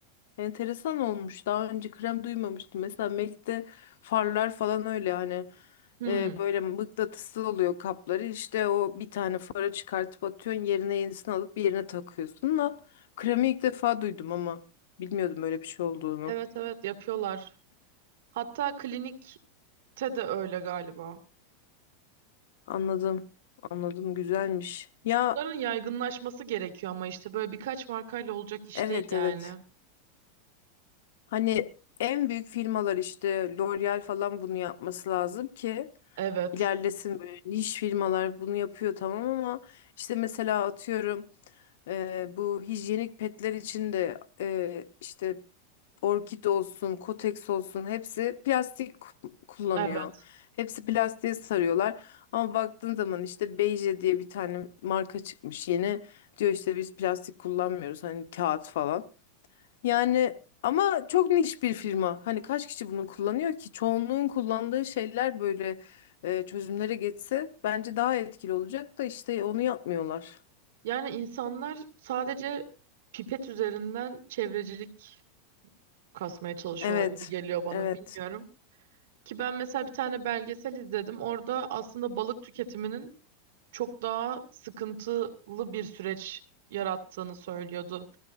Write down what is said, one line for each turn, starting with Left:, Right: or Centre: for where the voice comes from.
Left: enteresan olmuş. Daha önce krem duymamıştım. Mesela Melk'te farlar falan öyle hani
Right: Hmm.
Left: e, böyle mıknatıslı oluyor kapları. İşte o bir tane fara çıkartıp atıyorsun yerine yenisini alıp bir yerine takıyorsun da kremi ilk defa duydum ama bilmiyordum böyle bir şey olduğunu.
Right: Evet evet yapıyorlar. Hatta klinikte de öyle galiba.
Left: Anladım. Anladım. Güzelmiş. Ya
Right: Bunların yaygınlaşması gerekiyor ama işte böyle birkaç markayla olacak iş
Left: evet
Right: değil yani.
Left: evet. Hani en büyük firmalar işte L'Oreal falan bunu yapması lazım ki
Right: Evet.
Left: ilerlesin böyle niş firmalar bunu yapıyor tamam ama işte mesela atıyorum e, bu hijyenik petler için de e, işte Orkid olsun, kotex olsun hepsi plastik ku- kullanıyor.
Right: Evet.
Left: Hepsi plastiğe sarıyorlar. Ama baktığın zaman işte Beije diye bir tane marka çıkmış yeni. Diyor işte biz plastik kullanmıyoruz hani kağıt falan. Yani ama çok niş bir firma. Hani kaç kişi bunu kullanıyor ki? Çoğunluğun kullandığı şeyler böyle e, çözümlere geçse bence daha etkili olacak da işte onu yapmıyorlar.
Right: Yani insanlar sadece pipet üzerinden çevrecilik kasmaya çalışıyorlar
Left: Evet.
Right: gibi geliyor bana
Left: Evet.
Right: bilmiyorum. Ki ben mesela bir tane belgesel izledim. Orada aslında balık tüketiminin çok daha sıkıntılı bir süreç yarattığını söylüyordu